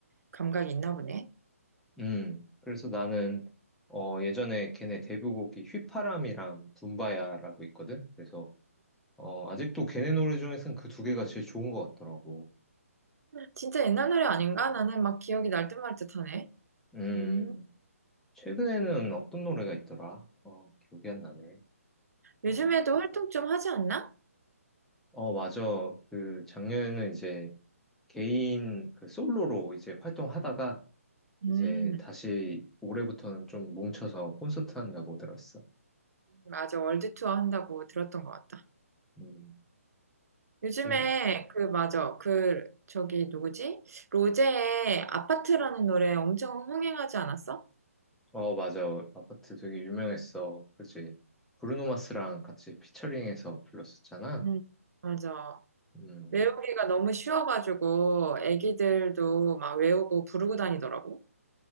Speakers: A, on the right; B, in the centre.
A: 감각이 있나 보네.
B: 음, 그래서 나는, 어, 예전에 걔네 데뷔곡이 휘파람이랑 붐바야라고 있거든? 그래서, 어, 아직도 걔네 노래 중에서는 그 두 개가 제일 좋은 것 같더라고.
A: 진짜 옛날 노래 아닌가? 나는 막 기억이 날듯 말 듯하네.
B: 음,
A: 음,
B: 최근에는 어떤 노래가 있더라? 어, 기억이 안 나네.
A: 요즘에도
B: 어,
A: 활동 좀 하지 않나?
B: 어, 맞아. 그, 작년에는 이제, 개인 그 솔로로 이제 활동하다가
A: 음,
B: 이제 다시 올해부터는 좀 뭉쳐서 콘서트 한다고 들었어.
A: 맞아. 월드 투어 한다고 들었던 것 같다.
B: 음.
A: 요즘에
B: 그래서
A: 그 맞아. 그 저기 누구지? 로제의 아파트라는 노래 엄청 흥행하지 않았어?
B: 어 맞아 아파트 되게 유명했어. 그지? 브루노 마스랑 같이 피처링해서 불렀었잖아.
A: 음, 맞아.
B: 음.
A: 외우기가 너무 쉬워가지고 애기들도 막 외우고 부르고 다니더라고.